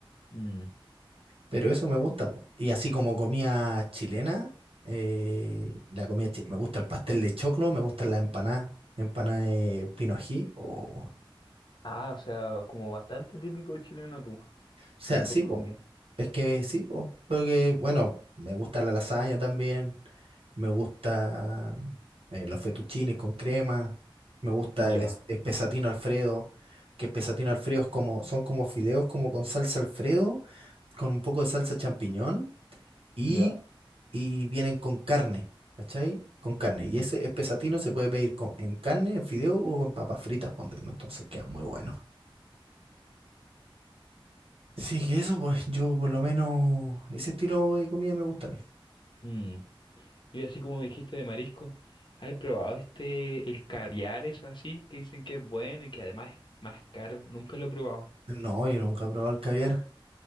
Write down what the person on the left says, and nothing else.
Mm.
Ah, o sea, como bastante típico chileno tú,
como
tus comidas.
Ya.
¿Ya?
Mm.
Mm. Y así como me dijiste de marisco, ¿has probado este, el caviar, eso así, que dicen que es bueno y que además es más caro? Nunca lo he probado.